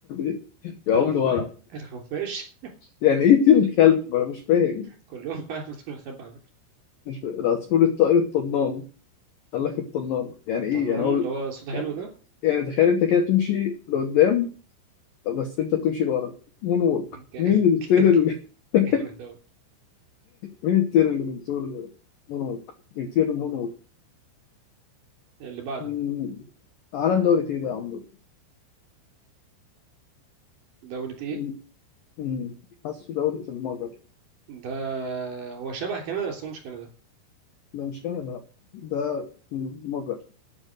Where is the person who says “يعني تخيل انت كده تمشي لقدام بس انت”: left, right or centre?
Left